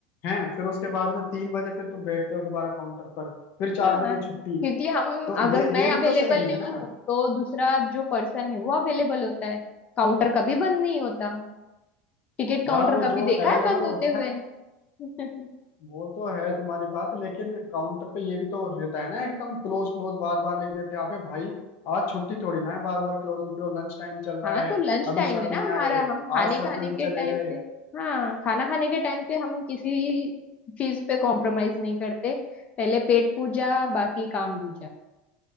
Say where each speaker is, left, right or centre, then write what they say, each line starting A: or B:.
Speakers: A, on the left; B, on the left.
A: है फिर उसके बाद में तीन बजे फिर तुम बैठते हो दोबारा काउंटर पर फिर चार
B: हाँ
A: बजे छुट्टी
B: क्योंकि हम
A: तो
B: अगर
A: ये
B: मैं
A: ये
B: अवेलेबल
A: भी तो सही नहीं
B: नहीं
A: है ना
B: हूँ तो दूसरा जो पर्सन है वो अवेलेबल होता है काउंटर कभी बंद नहीं होता टिकट काउंटर
A: यार वो
B: कभी
A: जो
B: देखा
A: अवेलेबल
B: है बंद होते
A: होता
B: हुए
A: है
B: <laughs>
A: वो तो है तुम्हारी बात लेकिन काउंटर पे ये भी तो रहता है ना एकदम क्लोज क्लोज बार बार लिख देते हैं अबे भाई आज छुट्टी थोड़ी ना है बार बार क्लोज लिख रहे हो लंच टाइम चल रहा
B: हाँ
A: है
B: तो लंच
A: अभी
B: टाइम
A: सर
B: है
A: नहीं
B: ना हमारा
A: आए
B: हम खाने
A: आज सर
B: खाने
A: जल्दी
B: के
A: चले
B: टाइम
A: गए
B: पे हाँ खाना खाने के टाइम पे हम किसी चीज पे कॉम्प्रोमाइज नहीं करते पहले पेट पूजा बाकी काम दूजा